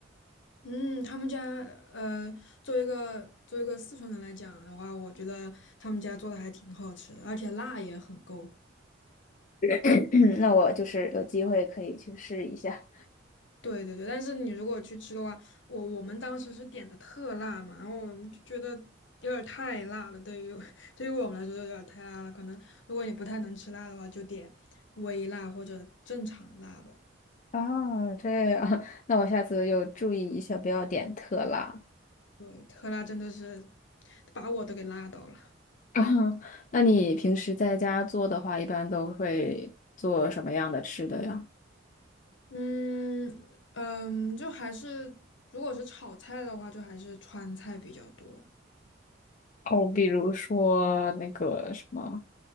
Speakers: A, on the left; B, on the left.
A: 嗯，他们家呃，作为一个作为一个四川人来讲的话，我觉得他们家做的还挺好吃的，而且辣也很够。
B: <clears throat> 那我就是有机会可以去试一下。
A: 对对对，但是你如果去吃的话，我我们当时是点的特辣嘛，然后我们就觉得有点儿太辣了，对于 <laughs> 对于我们来说有点儿太辣了。可能如果你不太能吃辣的话，就点微辣或者正常辣吧。
B: 啊，这样，<laughs> 那我下次就注意一下，不要点特辣。
A: 对，特辣真的是把我都给辣到了。
B: <laughs> 啊，那你平时在家做的话，一般都会做什么样的吃的呀？
A: 嗯嗯，就还是如果是炒菜的话，就还是川菜比较多，
B: 哦，比如说那个什么